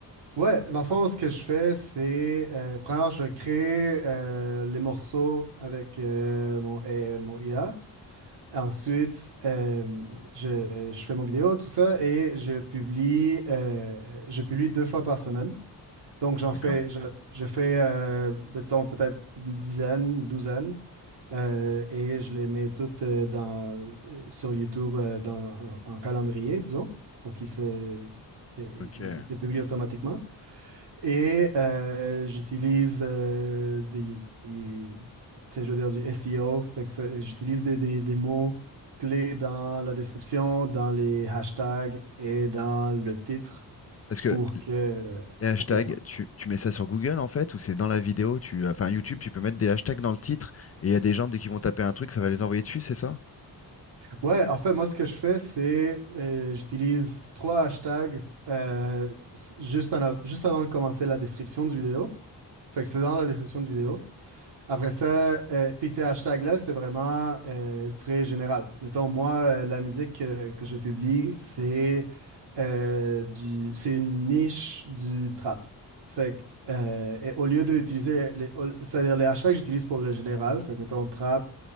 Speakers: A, on the right (about 80°); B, on the left (about 35°).
A: Ouais, dans le fond, ce que je fais, c'est, euh, premièrement, je crée euh, les morceaux avec euh, mon, euh, mon IA. Ensuite, euh, je, je fais mon vidéo, tout ça, et je publie, euh, je publie deux fois par semaine. Donc, j'en
B: D'accord.
A: fais, je, je fais, euh, mettons, peut-être une dizaine, douzaine, euh, et je les mets toutes euh, dans, euh, sur YouTube euh, dans, en, en calendrier, disons, pour qu'ils se, euh,
B: Ok.
A: ils- ils se publient automatiquement. Et euh, j'utilise euh, des, tu sais, je veux dire, du SEO, fait que ça- j'utilise des, des, des mots clés dans la description, dans les hashtags et dans le titre
B: Parce que
A: pour que,
B: les hashtags,
A: pour que ça
B: tu, tu mets ça sur Google, en fait, ou c'est dans la vidéo, tu, enfin, YouTube, tu peux mettre des hashtags dans le titre et il y a des gens, dès qu'ils vont taper un truc, ça va les envoyer dessus, c'est ça?
A: Ouais, en fait, moi, ce que je fais, c'est euh, j'utilise trois hashtags euh, s- juste, en av- juste avant de commencer la description du vidéo. Fait que c'est dans la description du vidéo. Après ça, euh, puis ces hashtags-là, c'est vraiment euh, très général. Mettons, moi, euh, la musique que, que je publie, c'est euh, du, c'est une niche du trap. Fait que, euh, et au lieu d'utiliser, les, les- au- c'est-à-dire les hashtags, que j'utilise pour le général. Fait que, mettons, trap,